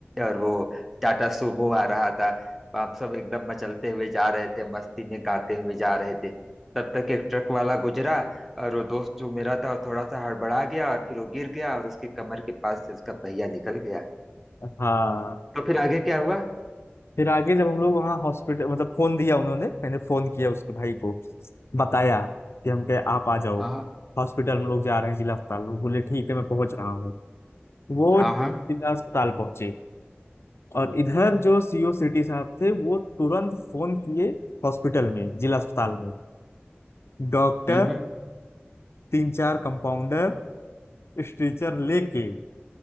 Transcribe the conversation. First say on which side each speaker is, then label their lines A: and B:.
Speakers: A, in the centre; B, on the left.
A: और वो टाटा सुमो आ रहा था हम सब एकदम मचलते हुए जा रहे थे मस्ती में गाते हुए जा रहे थे तब तक एक ट्रक वाला गुजरा और वो दोस्त जो मेरा था वो थोड़ा सा हड़बड़ा गया और फिर वो गिर गया और उसके कमर के पास से उसका पहिया निकल गया
B: हाँ
A: तो फिर आगे क्या हुआ
B: फिर आगे जब हम लोग वहाँ हॉस्पिटल मतलब फोन दिया उन्होंने मैंने फोन किया उसके भाई को बताया कि हम कहे आप आ जाओ
A: हाँ
B: हॉस्पिटल हम लोग जा रहे हैं जिला अस्पताल वो बोले ठीक है मैं पहुंच रहा हूँ वो
A: हाँ
B: जिला
A: हाँ
B: अस्पताल पहुंचे और इधर जो सीओ सिटी साहब थे वो तुरंत फोन किए हॉस्पिटल में जिला अस्पताल में डॉक्टर
A: हम्म हम्म
B: तीन चार कंपाउंडर स्ट्रेचर लेके